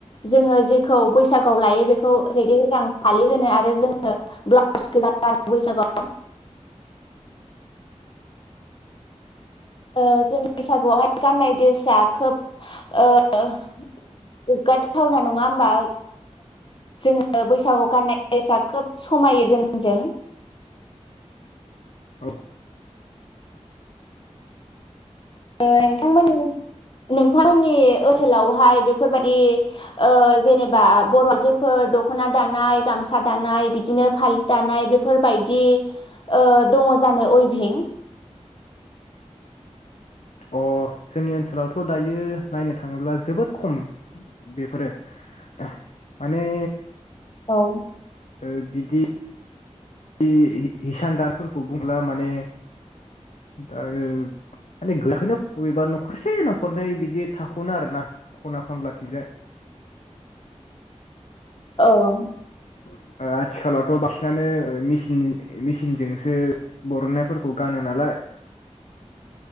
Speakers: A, on the left; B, on the left.
A: जोङो जेखौ बैसागुआव लायो बेखौ रेगे रेगां फालि होनो आरो जोङो ब्लाउस गोजा गानो बैसागुआव ओ जों बैसागुआवहाय गाननाय द्रेसाआ खोब ओ गोग्गाथावना नङा होमबा जोङो बैसागुवाव गाननाय द्रेसा खोब समायो जोंजों
B: औ
A: ओ नोंथांमोननि नोंथांमोननि ओनसोलावहाय बेफोरबायदि ओ जेनेबा बर आइजोफोर दखना दानाय गामसा दानाय बिदिनो फालि दानाय बेफोरबायदि ओ दङ जानो उइभिं
B: अ जोंनि ओनसोलावथ दायो नायनो थाङोब्ला जोबोर खम बेफोरो माने
A: औ
B: ओ बिदि दि हिसान दानफोरखौ बुंला माने दा माने गैयाखैनो बबेबा नखरसे नखरनै बिदि थाखनो आरो ना खना खनलाथिंजाय
A: औ - औ
B: आथिखालावथ बांसिनानो मिसिन मिसिनजोंसो बरननायफोरखौ गानो नालाय